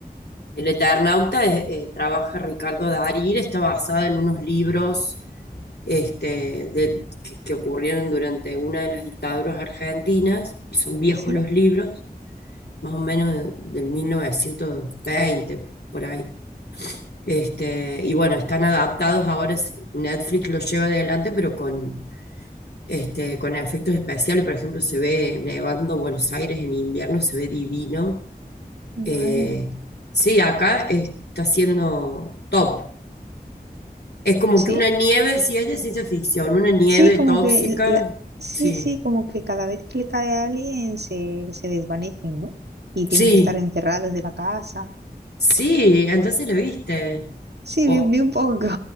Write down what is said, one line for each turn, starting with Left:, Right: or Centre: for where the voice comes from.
Left: El Eternauta es- eh, trabaja Ricardo Darín, está basada en unos libros este, de- que, que ocurrieron durante una de las dictaduras argentinas, y son viejos
Right: ¿Sí?
Left: los libros más o menos de- del 1920, por ahí. Este, y bueno, están adaptados ahora, es- Netflix los lleva adelante, pero con, este, con efectos especiales. Por ejemplo, se ve nevando Buenos Aires en invierno, se ve divino. Eh,
Right: Vaya.
Left: sí, acá está siendo top. Es como
Right: ¿Sí?
Left: que una nieve, si es de ciencia ficción, una nieve
Right: Sí, como
Left: tóxica,
Right: que... la- Sí,
Left: sí,
Right: sí, como que cada vez que le cae a alguien se, se desvanecen, ¿no? Y
Left: sí,
Right: tienen que estar encerrados de la casa.
Left: sí, entonces lo viste.
Right: Sí,
Left: O-
Right: vi, vi un poco.